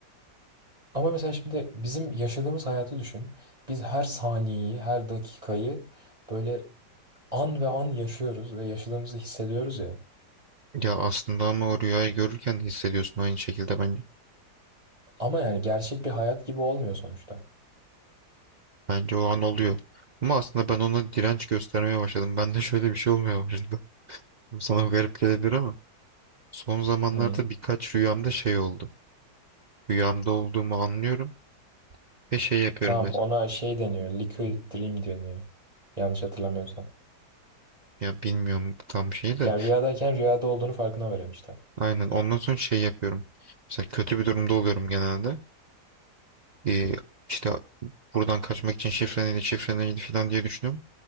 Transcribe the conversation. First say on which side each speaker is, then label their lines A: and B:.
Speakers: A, on the right; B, on the right.
A: Ama mesela şimdi bizim yaşadığımız hayatı düşün. Biz her saniyeyi, her dakikayı böyle an ve an yaşıyoruz ve yaşadığımızı hissediyoruz ya.
B: Ya aslında ama o rüyayı görürken de hissediyorsun aynı şekilde bence.
A: Ama yani gerçek bir hayat gibi olmuyor sonuçta.
B: Bence o an oluyor. Ama aslında ben ona direnç göstermeye başladım. Bende şöyle bir şey olmaya başladı. <laughs> Sana garip gelebilir ama son zamanlarda
A: Ne?
B: birkaç rüyamda şey oldu. Rüyamda olduğumu anlıyorum ve şey yapıyorum
A: Tamam
B: mesela.
A: ona şey deniyor. Liquid dream deniyor. Yanlış hatırlamıyorsam.
B: Ya bilmiyorum tam şeyi de.
A: Yani rüyadayken rüyada olduğunu farkına varıyorsun işte.
B: Aynen ondan sonra şey yapıyorum. Mesela kötü bir durumda oluyorum genelde. Ee, işte buradan kaçmak için şifre neydi, şifre neydi falan diye düşünüyorum.